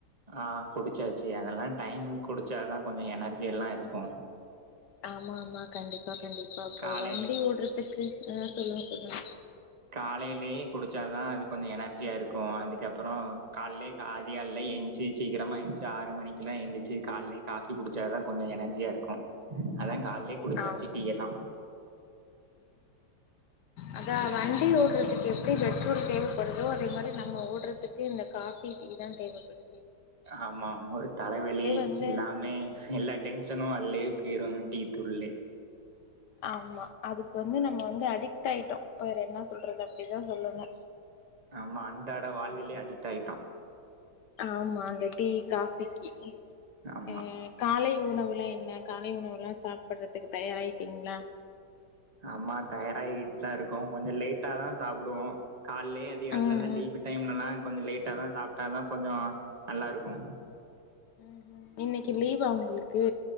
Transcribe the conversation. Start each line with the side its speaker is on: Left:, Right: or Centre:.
Right: ஆ குடிச்சாச்சி அதெல்லா டைமுக்கு குடிச்சாதா கொஞ்சோ எனர்ஜி எல்லா இருக்கு
Left: ஆமா ஆமா கண்டிப்பா கண்டிப்பா அப்ப
Right: காலைல
Left: வண்டி ஓடுறதுக்கு ஆ சொல்லுங்க சொல்லுங்க
Right: காலைலே குடிச்சாதா அது கொஞ்சோ எனர்ஜியா இருக்கு அதுக்கப்பறோ கால்லே கா அதிகால்லே எஞ்ச்சி சீக்கிரமா எழ்ந்சி ஆறு மணிக்கெல்லா எந்திச்சி கால்லே காஃபி குடிச்சா தா கொஞ்சோ எனர்ஜியா இருக்கு அதா கால்லே குடிச்சாச்சு
Left: ஆமா
Right: டீ எல்லா
Left: அதா வண்டி ஓடுறதுக்கு எப்டி பெட்ரோல் தேவப்படுதோ அதே மாரி நம்ம ஓடுறதுக் க்கு இந்த காஃபி டீ தா தேவப்படு
Right: ஆமா ஒரு தலைவெலி
Left: வந்து
Right: எல்லாமே எல்லா டென்ஷனு அல்லையே போய்ரு அந்த டீத்துள்ளே
Left: ஆமா அதுக்கு வந்து நம்ம வந்து அடிக்ட் ஆய்ட்டோ வேற என்ன சொல்றது அப்டி தா சொல்லணு
Right: ஆமா அண்டாட வாழ்விலே அடிட் ஆய்ட்டோ
Left: ஆமா அந்த டீ காஃபிக்கி
Right: ஆமா.
Left: அ காலை உணவுலா என்ன காலை உணவுலா சாப்பிட்றதுக்கு தயாராயிட்டீங்ளா
Right: ஆமா தயாராகிட்டு தா இருக்கோ கொஞ்சோ லேட்டா தா சாப்டுவோ கால்லே அதிகால்லலா
Left: ம்ஹ்ம்.
Right: லீவு டைம்லலா‌ கொஞ்சோ லேட்டா தா சாப் டா தா கொஞ்சோ நல்லா இருக்கு
Left: ம் ம் இன்னைக்கு லீவா உங்களுக்கு